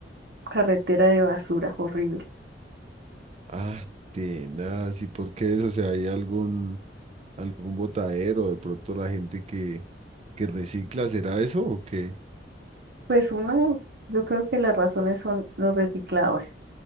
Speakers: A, on the right; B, on the right.
A: carretera de basura horrible.
B: Ah, tenaz, ¿y por qué eso? O sea, ¿hay algún, algún botadero? De pronto la gente que, que recicla, ¿será eso o qué?
A: Pues una, yo creo que las razones son los recicladores.